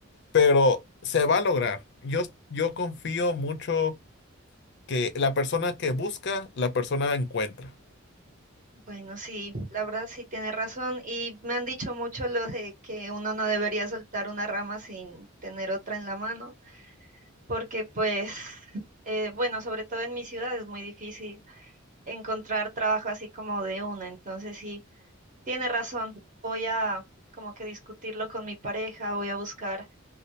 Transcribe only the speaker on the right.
Bueno, sí, la verdad sí tienes razón y me han dicho mucho lo de que uno no debería soltar una rama sin tener otra en la mano. porque pues, eh, bueno, sobre todo en mi ciudad es muy difícil encontrar trabajo así como de una, entonces sí, tiene razón, voy a como que discutirlo con mi pareja, voy a buscar